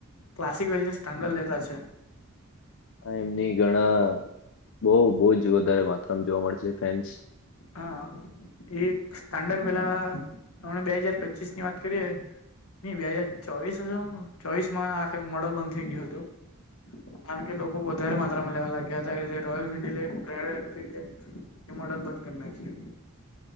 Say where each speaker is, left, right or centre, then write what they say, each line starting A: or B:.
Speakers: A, on the left; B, on the left.
A: ક્લાસિક અને સ્ટાન્ડર્ડ લેતા છે.
B: એમની ઘણા બવ બવ જ વધારે માત્રામાં જોવા મળે છે ફેન્સ.
A: હા. એક સ્ટાન્ડર્ડ પેલા હમને બે હાજાર પચીસ ની વાત કરીએ ની બે હાજર ચોવીસ હુ ચોવીસ માં આખ મોડલ બંધ થઈ ગયું હતું. કારણ કે લોકો વધારે માં લેવા લાગ્યા હતા એ રોયલન્ડડ રોયલ એનફીલ્ડ એ મોડલ બંધ કરી નાખ્યું.